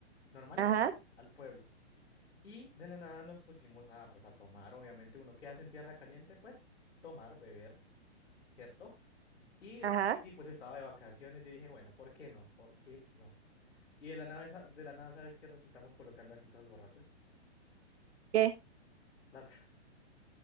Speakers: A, on the left; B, on the right.
A: Normalito,
B: Ajá,
A: al pueblo. Y de la nada nos pusimos a, pues, a tomar, obviamente, uno que hace en tierra caliente, pues, tomar, beber, ¿cierto? Y, es-
B: ajá.
A: y, y, pues estaba de vacaciones, yo dije, bueno, ¿por qué no? ¿Por qué no? Y de la nada, sa- de la nada, ¿sabes qué resultamos colocando así todos borrachos?
B: ¿Qué?
A: Las, ca-